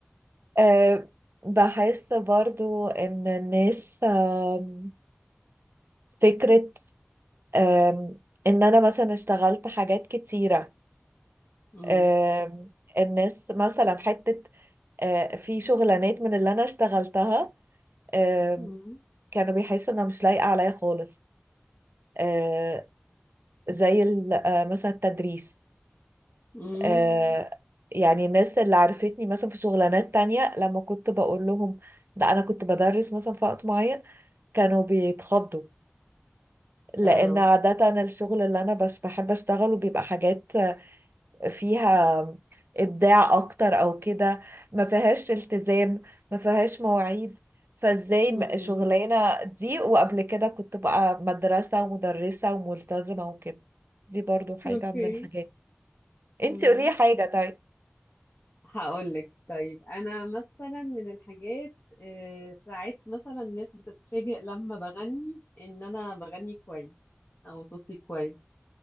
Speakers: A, on the right (about 60°); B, on the left (about 50°).
A: أه بحس برضو ان الناس آم، فكرة آم، ان انا مثلا اشتغلت حاجات كتيرة
B: امم
A: آم، الناس مثلا حتة آه، في شغلانات من اللي انا اشتغلتها آم،
B: امم
A: كانوا بيحسوا انها مش لايقة عليا خالص آه، زي ال- آه، مثلا التدريس
B: امم
A: آه، يعني الناس اللي عرفتني مثلا في شغلانات تانية لما كنت بقول لهم ده انا كنت بدرس مثلا في وقت معين كانوا بيتخضوا لان
B: اه
A: عادة الشغل اللي انا بش بحب اشتغله بيبقى حاجات فيها ابداع اكتر او كده ما فيهاش التزام ما فيهاش مواعيد فازاي
B: امم
A: م- شغلانة دي وقبل كده كنت بقى مدرسة ومدرسة وملتزمة وكده دي برضو حاجة
B: اوكي
A: من الحاجات انتي
B: امم
A: قولي حاجة طيب
B: هقولك طيب انا مثلا من الحاجات آه، ساعات مثلا الناس بتتفاجئ لما بغني ان انا بغني كويس او صوتي كويس